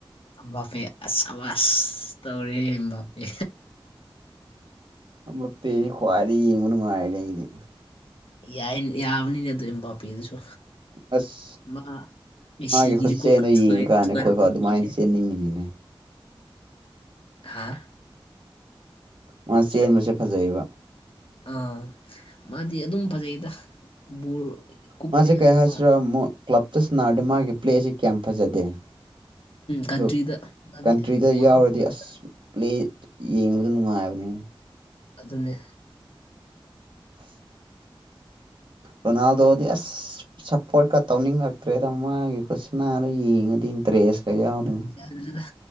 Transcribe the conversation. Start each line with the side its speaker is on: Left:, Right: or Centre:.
Left: ꯑꯝ ꯕ ꯄꯦ ꯑꯁ ꯁꯥꯕꯥꯁ ꯇꯧꯔꯦꯍꯦ ꯑꯝꯕꯥꯄꯦ
Right: ꯑꯝꯕꯥꯄꯦꯗꯤ ꯈ꯭ꯋꯥꯏꯗꯒꯤ ꯌꯦꯡꯕ ꯅꯨꯡꯉꯥꯏꯗ ꯑꯩꯗꯤ
Left: ꯌꯥꯏ ꯌꯥꯕꯅꯤꯅꯦ ꯑꯗꯨ ꯏꯝꯕꯥꯄꯦ ꯗꯨꯁꯨ
Right: ꯑꯁ
Left: ꯃꯥ ꯃꯦꯁꯤꯒꯤ
Right: ꯃꯥꯒꯤ ꯈꯨꯠꯆꯦꯟꯗꯣ
Left: ꯔꯦꯀꯣꯔꯠꯀ
Right: ꯌꯦꯡꯉꯀꯥꯟꯗ
Left: ꯊꯨꯒꯥꯏ ꯊꯨꯒꯥꯏꯒꯗꯕ
Right: ꯑꯩꯈꯣꯏꯐꯥꯎ ꯑꯗꯨꯃꯥꯏꯅ
Left: ꯃꯥꯜꯂꯦ
Right: ꯆꯦꯟꯅꯤꯡꯉꯤꯅꯤꯅꯦ
Left: ꯍꯥꯥ
Right: ꯃꯥ ꯆꯦꯟꯕꯁꯦ ꯐꯖꯩꯌꯦꯕ
Left: ꯑꯥ ꯃꯥꯗꯤ ꯑꯗꯨꯝ ꯐꯖꯩꯗ ꯕꯣꯜ ꯀꯨꯞꯄꯦ
Right: ꯃꯥꯁꯦ ꯀꯩ ꯍꯥꯏꯁꯤꯔꯥ
Left: ꯃꯥ
Right: ꯀ꯭ꯂꯞꯇ ꯁꯥꯅꯔꯗꯤ ꯃꯥꯒꯤ ꯄ꯭ꯂꯦ ꯑꯁꯤ ꯀꯌꯥꯝ ꯐꯖꯗꯦ
Left: ꯀꯟꯇ꯭ꯔꯤꯗ
Right: ꯎꯝ
Left: ꯃꯥꯗꯤ
Right: ꯀꯟꯇ꯭ꯔꯤꯗ
Left: ꯋꯥꯔꯜ
Right: ꯌꯥꯎꯔꯗꯤ
Left: ꯀꯞ ꯐꯪꯕꯗ
Right: ꯑꯁ ꯄ꯭ꯂꯦ ꯌꯦꯡꯕꯗꯣ ꯅꯨꯡꯉꯥꯏꯕꯅꯤ
Left: ꯑꯗꯨꯅꯤ
Right: <inaudible> ꯔꯣꯅꯥꯜꯗꯣꯗꯤ ꯑꯁ ꯁꯞꯄꯣꯔꯠꯀ ꯇꯧꯅꯤꯡꯉꯛꯇ꯭ꯔꯦꯗ ꯃꯥꯒꯤ ꯈꯨꯠꯁꯤꯅꯥꯗꯣ ꯌꯦꯡꯉꯗꯤ ꯏꯟꯇꯔꯦꯁꯀ ꯌꯥꯎꯗꯦ
Left: <unintelligible>